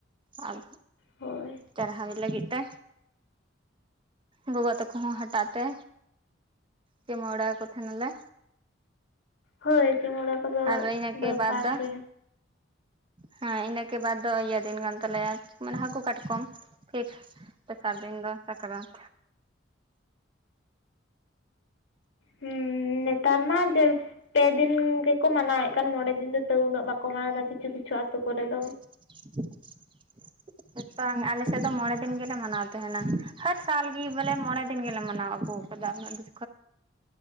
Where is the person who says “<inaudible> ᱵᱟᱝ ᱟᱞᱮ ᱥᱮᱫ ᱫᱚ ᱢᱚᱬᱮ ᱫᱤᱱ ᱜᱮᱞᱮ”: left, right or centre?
Right